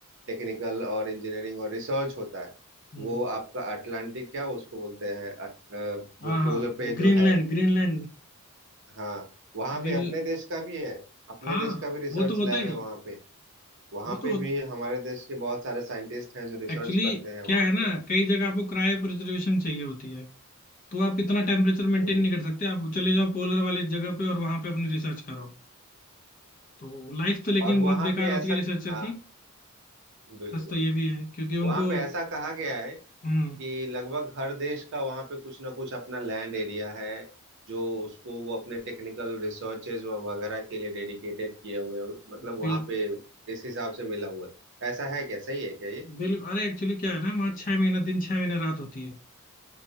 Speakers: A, on the right; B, on the left.
A: टेक्निकल और इंजीनियरिंग और रिसर्च होता है
B: हम्म,
A: वो आपका अटलांटिक क्या उसको बोलते हैं अट, अ, जो
B: हाँ
A: पोलर
B: हाँ
A: पे
B: ग्रीनलैंड
A: जो है
B: ग्रीनलैंड
A: हाँ वहाँ
B: ग्रीन
A: पे अपने देश का भी है अपने
B: हाँ
A: देश का भी रिसर्च
B: वो तो होता
A: लैब
B: ही
A: है वहाँ
B: है
A: पे वहाँ
B: वो तो
A: पे
B: हो-
A: भी हमारे देश के बहुत सारे साइंटिस्ट हैं जो रिसर्च
B: एक्चुअली
A: करते हैं
B: क्या
A: वहाँ
B: है ना
A: पे
B: कई जगह आपको क्रायो प्रिजर्वेशन चाहिए होती है तो आप इतना टेम्परेचर मेंटेन
A: हम्म
B: नहीं कर सकते आप चले जाओ पोलर वाले जगह पे और वहां पे अपनी रिसर्च करो तो लाइफ तो लेकिन
A: और
B: बहुत
A: वहाँ
B: बेकार
A: पे
B: होती
A: ऐसा
B: है रिसर्चर
A: हाँ
B: की
A: बिल्कुल
B: सच तो ये भी है क्योंकि
A: वहाँ
B: उनको
A: पे ऐसा कहा गया है
B: हम्म
A: कि लगभग हर देश का वहाँ पे कुछ ना कुछ अपना लैंड एरिया है जो उसको वो अपने टेक्निकल रिसर्चेज वगैरह के लिए डेडिकेटेड किए हुए हैं। मतलब वहाँ
B: बिल
A: पे इस हिसाब से मिला हुआ है ऐसा है क्या सही है क्या ये
B: बिल अरे एक्चुअली क्या है ना वहाँ छह महीना दिन छह महीना रात होती है